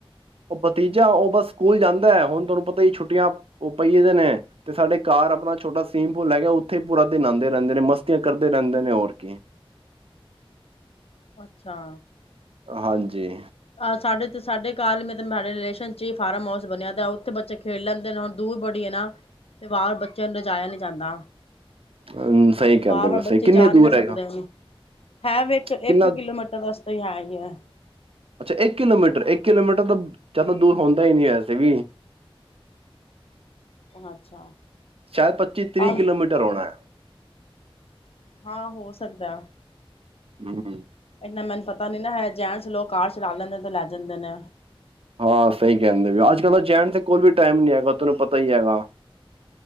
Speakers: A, on the right (about 75°); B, on the left (about 80°).
A: ਔ ਭਤੀਜਾ ਔ ਬਸ ਸਕੂਲ ਜਾਂਦੈ ਹੁਨ ਤੁਹਾਨੂੰ ਪਤਾ ਈ ਛੁੱਟੀਆਂ ਔ ਪਈਏ ਦੇ ਨੇ ਤੇ ਸਾਡੇ ਘਰ ਆਪਣਾ ਛੋਟਾ ਸਵੀਮਪੂਲ ਹੈੈਗਾ ਉੱਥੇ ਈ ਪੂਰਾ ਦਿਨ ਨਾਂਦੇ ਰੇਂਦੇ ਨੇ, ਮਸਤੀਆਂ ਕਰਦੇ ਰੇਂਦੇ ਨੇ ਹੋਰ ਕੀ।
B: ਅੱਛਾ।
A: ਆ ਹਾਂਜੀ
B: ਆਹ ਸਾਡੇ ਤੇ ਸਾਡੇ <unintelligible> ਮੇ ਤੇ ਮਾਰੇ ਰਿਲੇਸ਼ਨ ਚ ਈ ਫਾਰਮ ਹਾਊਸ ਬਨਿਆ ਦਾ ਔਥੇ ਬੱਚੇ ਖੇਡ ਲੈਂਦੇ ਨੇ ਹੁਨ ਦੂਰ ਬੜੀ ਏ ਨਾ ਤੇ ਬਾਰ ਬੱਚਿਆਂ ਨੂੰ ਲਜਾਇਆ ਨੀ ਜਾਂਦਾ
A: ਹਮ ਸਹੀ ਕਹਿੰਦੇ
B: ਵਾਰ-ਵਾਰ
A: ਵੈਸੇ
B: ਬੱਚੇ
A: ਕਿੰਨੇ
B: ਜਾ
A: ਦੂਰ
B: ਨੀਂ ਨਾ ਸਕਦੇ
A: ਹੈਗਾ
B: ਏਨੀ ਹੈ ਵੇ ਇੱਕ, ਇੱਕ
A: ਕਿੰਨਾ
B: ਕਿਲੋਮੀਟਰ ਦਾ ਰਸਤਾ ਈ ਹੈ ਈ ਐ।
A: ਅਛਾ ਇੱਕ ਕਿਲੋਮੀਟਰ ਇੱਕ ਕਿਲੋਮੀਟਰ ਤਾਂ ਜਾਦਾ ਦੂਰ ਹੋਂਦਾ ਈ ਨੀਂ ਵੈਸੇ ਵੀ
B: ਅੱਛਾ
A: ਸ਼ਾਅਦ ਪੱਚੀ-ਤ੍ਰਿ
B: ਤਾਂ
A: ਕਿਲੋਮੀਟਰ ਹੋਣੈ
B: ਹਾਂ ਹੋ ਸਕਦੈ
A: ਹੂੰ
B: ਇੰਨਾ ਮੈਨੂੰ ਪਤਾ ਨੀ ਨਾ ਹੈ ਜੈਣਸ ਲੋਕ ਕਾਰ ਚਲਾ ਲੈਂਦੇ ਤੇ ਲੈ ਜਾਂਦੇ ਨੇ
A: ਹਾਂ, ਸਈ ਕੇਂਦੇ ਵੀ ਅੱਜ ਕੱਲ ਤਾਂ ਜੈਣਸ ਦੇ ਕੋਲ ਵੀ ਟਾਈਮ ਨੀ ਹੈਗਾ ਤਾਨੂੰ ਪਤਾ ਈ ਹੈਗਾ।